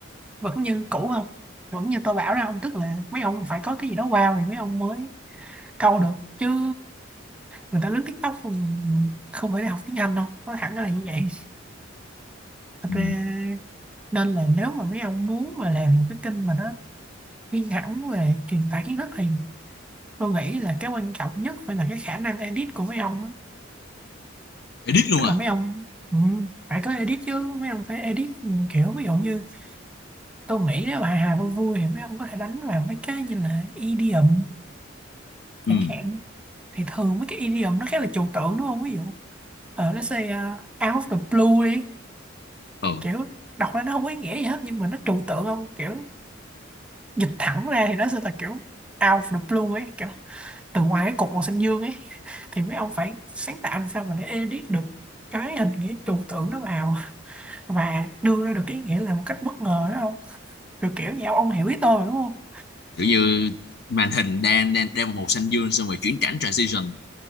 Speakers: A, in the centre; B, on the left.
A: vẫn như cũ không vẫn như tôi bảo ra ông tức là mấy ông phải có cái gì đó wow thì mấy ông mới câu được chứ người ta lướt TikTok không, không phải học tiếng Anh đâu nó hẳn là như vậy thật
B: ừ.
A: ra nên là nếu mà mấy ông muốn mà làm một cái kênh mà nó riêng hẳn về truyền tải kiến thức thì tôi nghĩ là cái quan trọng nhất phải là cái khả năng edit của mấy ông á.
B: edit luôn
A: tức
B: à
A: là mấy ông ừ, phải có edit chứ mấy ông phải edit ừ, kiểu ví dụ như tôi nghĩ nếu hài hài vui vui thì mấy ông có thể đánh vào mấy cái như là idiom
B: ừ.
A: chẳng hạn thì thường mấy cái idiom nó khá là trừu tượng đúng không ví dụ ờ, nó say uh, out of the blue đi
B: ừ
A: kiểu đọc ra nó không có ý nghĩa gì hết nhưng mà nó trừu tượng không kiểu dịch thẳng ra thì nó sẽ là kiểu out of the blue ấy kiểu từ ngoài cái cục màu xanh dương ấy <laughs> thì mấy ông phải sáng tạo làm sao mà để edit được cái hình nghĩa trừu tượng nó vào và đưa ra được cái ý nghĩa là một cách bất ngờ đó không kiểu kiểu như ông, ông hiểu ý tôi mà, đúng không
B: kiểu như màn hình đang đang đang màu xanh dương xong rồi chuyển cảnh transition